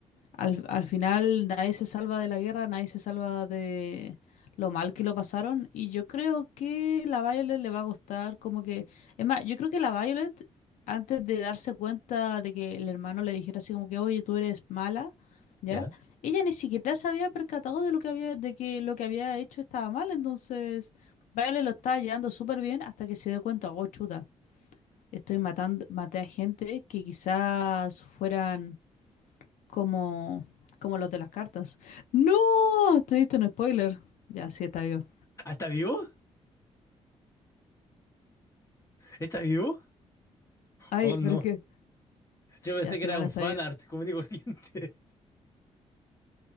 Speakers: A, on the left; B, on the left.
A: Al, al final nadie se salva de la guerra, nadie se salva de lo mal que lo pasaron. Y yo creo que la Violet le va a gustar como que... Es más, yo creo que la Violet, antes de darse cuenta de que el hermano le dijera así como que, oye, tú eres mala, ¿ya?
B: ¿Ya?
A: Ella ni siquiera se había percatado de lo que había, de que lo que había hecho estaba mal. Entonces, Violet lo estaba llevando súper bien hasta que se dio cuenta, oh, chuta, estoy matando, maté a gente que quizás fueran como, como los de las cartas. ¡No! Te diste un spoiler. Ya, sí está vivo.
B: ¿Ah, está vivo? ¿Está vivo?
A: Ay,
B: Oh, no.
A: pero qué.
B: Yo pensé
A: Ya, sí,
B: que era
A: bueno,
B: un
A: está
B: fanart
A: vivo.
B: común y corriente.